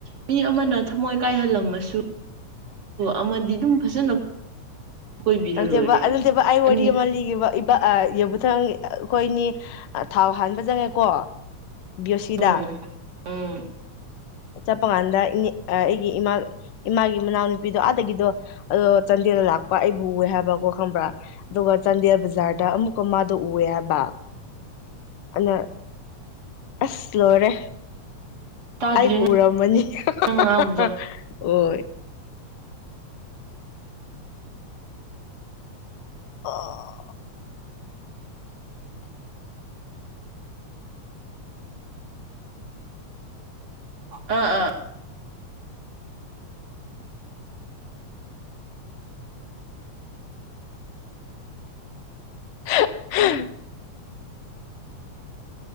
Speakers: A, on the right (about 50°); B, on the left (about 75°).
A: ꯃꯤ ꯑꯃꯅ ꯊꯃꯣꯏ ꯀꯥꯏꯍꯜꯂꯝꯃꯁꯨ ꯑꯃꯗꯤ ꯑꯗꯨꯝ ꯐꯖꯅ ꯀꯣꯏꯕꯤꯔ
B: ꯑꯟꯇꯦꯕ
A: ꯂꯣꯏꯔꯦ
B: ꯑꯗꯨꯅꯠꯇꯦꯕ ꯑꯩ ꯋꯥꯔꯤ
A: ꯑꯅꯤ
B: ꯑꯃ ꯂꯤꯒꯦꯕ ꯏꯕ ꯑꯥꯏ ꯌꯦꯕ ꯃꯊꯪ ꯑ ꯑꯩꯈꯣꯏꯅꯤ ꯑ ꯊꯥꯎ ꯍꯥꯟꯕ ꯆꯪꯉꯦꯀꯣ ꯕꯤꯌꯣꯁꯤꯗ
A: ꯎꯝ ꯎꯝ
B: ꯆꯠꯄ ꯀꯥꯟꯗ ꯏꯅꯦ ꯑ ꯑꯩꯒꯤ ꯏꯃꯥ ꯏꯃꯥꯒꯤ ꯃꯅꯥꯎꯅꯨꯄꯤꯗꯣ ꯑꯥꯗꯒꯤꯗꯣ ꯑꯣ ꯆꯥꯟꯗꯦꯜꯗ ꯂꯥꯛꯄ ꯑꯩꯕꯨ ꯎꯋꯦ ꯍꯥꯏꯕꯀꯣ ꯈꯪꯕ꯭ꯔꯥ ꯑꯗꯨꯒ ꯆꯥꯟꯗꯦꯜ ꯕꯖꯥꯔꯗ ꯑꯃꯨꯛꯀ ꯃꯥꯗꯣ ꯎꯋꯦ ꯍꯥꯏꯕ ꯑꯗꯨꯅ ꯑꯁ ꯂꯣꯏꯔꯦ
A: ꯇꯥꯗ꯭ꯔꯦ
B: ꯑꯩꯕꯨ ꯎꯔꯝꯃꯅꯤ ꯍꯥ
A: ꯅꯪꯅ
B: ꯍꯥ ꯍꯥ
A: ꯉꯥꯡꯕꯗꯣ
B: ꯍꯥ ꯍꯥ ꯍꯣꯏ ꯑꯥ
A: ꯑꯥ ꯑꯥ
B: ꯍꯛ ꯍꯍ